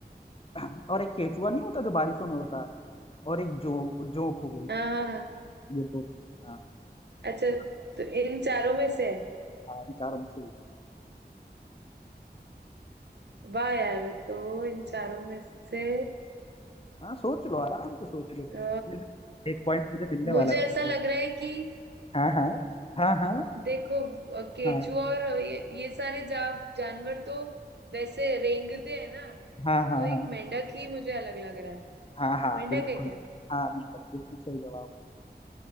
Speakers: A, on the left; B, on the right.
A: <clears throat> और एक केचुआ नहीं होता जो बारिशों में होता है और एक जो जोंक हो गई
B: हाँ हाँ हाँ।
A: ये दो तीन हाँ
B: अच्छा
A: चार
B: तो इन चारों में से है।
A: हाँ, इन चारों में से एक।
B: वाह यार तो इन चारों में से
A: हाँ सोच लो आराम से सोच लो
B: अ,
A: एक पॉइंट मुझे मिलने
B: मुझे
A: वाला है
B: ऐसा
A: फिर
B: लग
A: से।
B: रहा है कि
A: हाँ हाँ हाँ हाँ
B: देखो अ, केचुआ
A: हाँ
B: और ये ये सारे जा, जानवर तो वैसे रेंगते हैं ना
A: हाँ हाँ
B: तो एक
A: हाँ
B: मेंढक ही मुझे अलग लग रहा है
A: हाँ हाँ
B: मेंढक
A: बिल्कुल
B: है क्या
A: हाँ मेंढक बिल्कुल सही जवाब